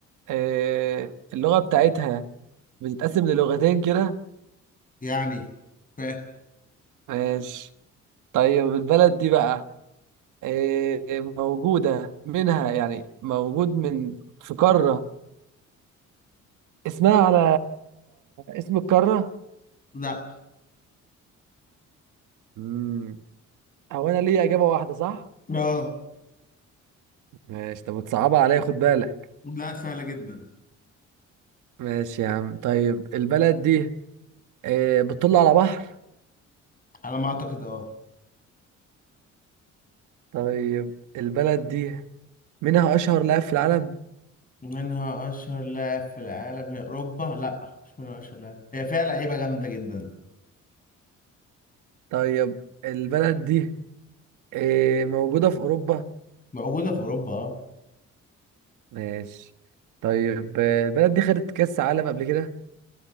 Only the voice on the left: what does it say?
يعني فاهم
لا
اه
لا سهلة جدا
على ما اعتقد اه
منها اشهر لاعب في العالم هي اوروبا لا مش منها اشهر لاعب هي فيها لعيبة جامدة جدا
موجودة في اوروبا اه